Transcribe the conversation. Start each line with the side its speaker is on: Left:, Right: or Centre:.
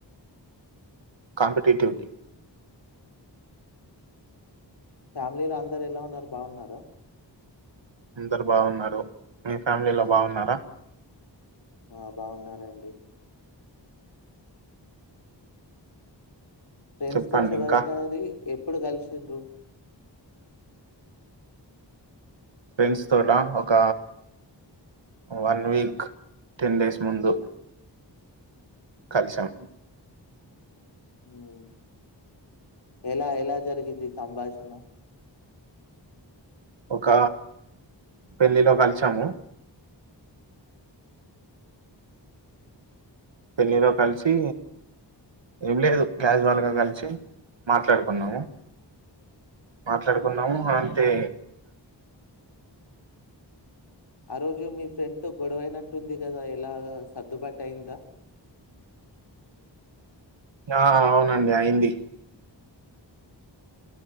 Right: కాంపిటీటీవ్ కీ
Left: ఫ్యామిలీలో అందరు ఎలా ఉన్నారు బాగున్నారు అ <inaudible>
Right: అందరు బాగున్నారు మీ ఫ్యామిలీలో బాగున్నారా
Left: ఆ బాగున్నారండి ఫ్రెండ్స్
Right: చెప్పండి
Left: తో చివరికారి
Right: ఇంకా
Left: ఎప్పుడు కలిసిండ్రు
Right: ఫ్రెండ్స్ తోటా ఒక వన్ వీక్ టెన్ డేస్ ముందు కలిశాం
Left: మ్ యెలా యెలా జరిగింది సంభాషణ
Right: ఒక పెళ్ళిలో కలిచాము పెళ్ళిలో కలిసి ఏం లేదు క్యాచువల్గా కలిసి మాట్లాడుకున్నాము మాట్లాడుకున్నాము అంతే
Left: ఆ రోజు మీ ఫ్రెండ్ తో గొడవైనట్టు ఉంది కదా ఇలా సర్దుబాటు అయ్యిందా
Right: ఆ అవునండి అయింది